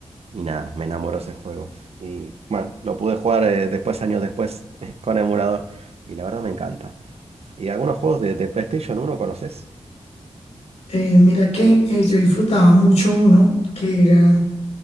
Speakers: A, on the right; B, on the left.
A: y nada, me enamoró ese juego. Y bueno, lo pude jugar eh, después, años después, <laughs> con emulador. Y la verdad me encanta. Y algunos juegos de, de PlayStation uno conoces.
B: Eh, mira que eh, yo disfrutaba mucho uno que era